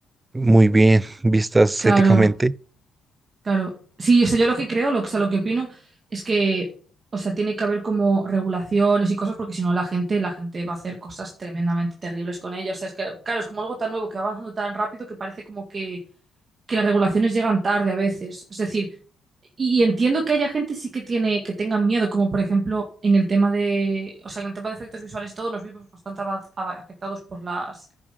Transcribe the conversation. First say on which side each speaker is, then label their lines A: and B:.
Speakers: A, on the right; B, on the right.
A: muy bien <laughs> vistas
B: claro,
A: éticamente.
B: claro. Sí, o sea, yo lo que creo, lo, o sea, lo que opino es que, o sea, tiene que haber como regulaciones y cosas porque si no la gente, la gente va a hacer cosas tremendamente terribles con ella. O sea, es que, claro, es como algo tan nuevo que va avanzando tan rápido que parece como que, que las regulaciones llegan tarde a veces. Es decir, y, y entiendo que haya gente sí que tiene, que tengan miedo, como por ejemplo en el tema de, o sea, en el tema de efectos visuales y todo, los vimos bastante avaz- ava- afectados por las